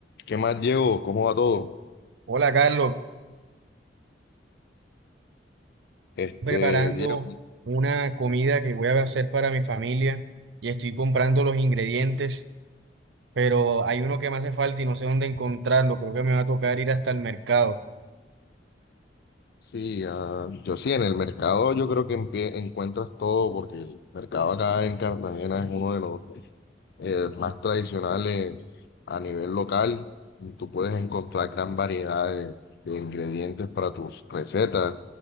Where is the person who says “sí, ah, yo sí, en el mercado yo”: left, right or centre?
Left